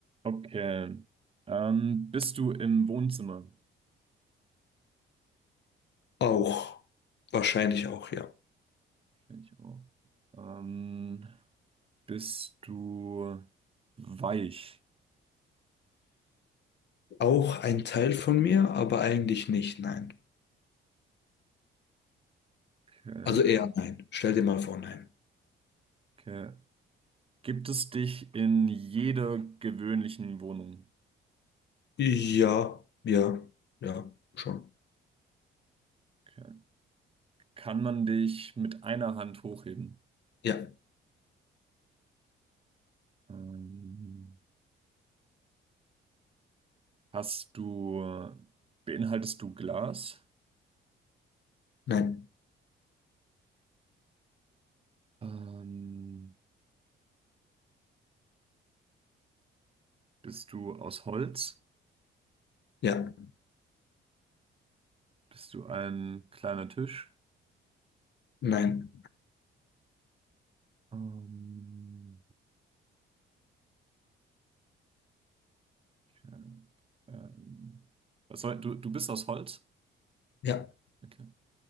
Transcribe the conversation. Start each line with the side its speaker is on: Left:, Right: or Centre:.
Right: Okay. Ähm, bist du im Wohnzimmer?
Left: Auch, wahrscheinlich auch, ja.
Right: Ich auch. Ähm, bist du weich?
Left: Auch ein Teil von mir, aber eigentlich nicht, nein.
Right: Okay.
Left: Also eher nein. Stell dir mal vor, nein.
Right: Okay. Gibt es dich in jeder gewöhnlichen Wohnung?
Left: Ja, ja, ja, schon.
Right: Okay. Kann man dich mit einer Hand hochheben?
Left: Ja,
Right: Ähm, hast du, beinhaltest du Glas?
Left: nein,
Right: Ähm, bist du aus Holz?
Left: ja,
Right: Bist du ein kleiner Tisch?
Left: nein,
Right: Ähm, Ja, ähm, was soll, du, du bist aus Holz?
Left: ja,
Right: Okay.